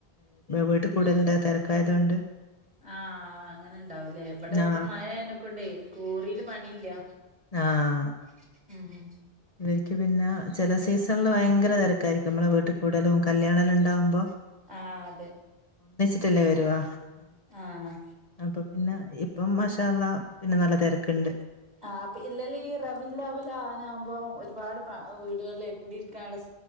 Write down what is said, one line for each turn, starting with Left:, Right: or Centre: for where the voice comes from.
Left: വീട്ടിൽ കൂടുലണ്ട് തെരക്കായത കൊണ്ട്-
Right: ആഹ് അങ്ങനെ ഇണ്ടാവൂലേ എവിടെ ഇപ്പ
Left: ആ
Right: മഴയനൊക്കെണ്ടേ ക്വറിൽ പണിയില്ല-
Left: ആഹ് -
Right: <inaudible>
Left: ഇവർക്ക് പിന്നെ ചെല സീസണില് ഭയങ്കര തെരക്കായിരിക്കും നമ്മളെ വീട്ട കൂടലും കല്യാണമെല്ലാണ്ടകുമ്പോൾ-
Right: ആ അതെ-
Left: ല്ലേവരുവാ
Right: ആ
Left: അപ്പൊ പിന്നെ ഇപ്പം മഷാള്ളാ- ഇന്ന് നല്ല തെരക്ക്ണ്ട്-
Right: ആ അപ്പ ഇല്ലല്ല ഈ റവല്ല അവലെ ആന ആകുമ്പം ഒരുപാട് വീടുകളില കൂടിയിരിക്കാനുള്ള-